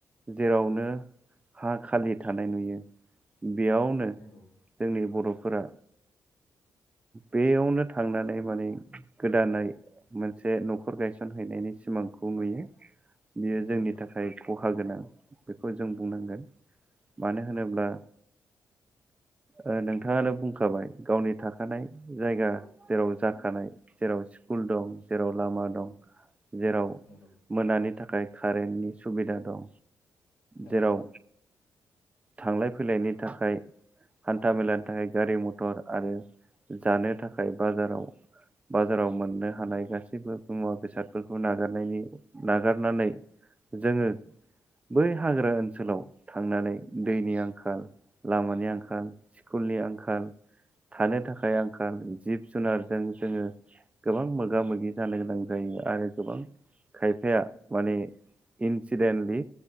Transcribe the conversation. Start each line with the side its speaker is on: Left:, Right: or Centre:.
Right: जेरावनो हा खालि थानाय नुयो बेयावनो जोंनि
Left: नंगौ
Right: बर' फोरा बेयावनो थांनानै माने गोदानै मोनसे न'खर गायसन <unintelligible> सिमांखौ नुयो बियो
Left: नंगौ
Right: जोंनि
Left: नोंथां
Right: थाखाय खहा गोनां बेखौ जों बुंनांगोन मानो होनोब्ला ओ नोंथाङानो बुंखाबाय गावनि थाखानाय जायगा जेराव जाखानाय जेराव स्कुल दं जेराव लामा दं जेराव
Left: नंगौ
Right: मोनानि थाख थाखाय कारेन्टनि सुबिदा दं
Left: नंगौ
Right: जेराव
Left: नोंथां
Right: थांलाय फैलायनि थाखाय हान्था मेलानि थाखाय गारि मथर आरो जानो थाखा खाय बाजाराव बाजाराव मोननो हानाय गासै गासैबो मुवा बेसादफोरखौ नागारनायनि नागारनानै जोङो बै हाग्रा ओनसोलाव थांनानै दैनि आंखाल लामानि आंखाल स्कुलनि आंखाल थानो थाखाय आंखाल जिब जुनारजों जोङो गोबां मोगा मोगि जानो गोनां जायो आरो गोबां खायफाया माने इन्सिडेन्टलि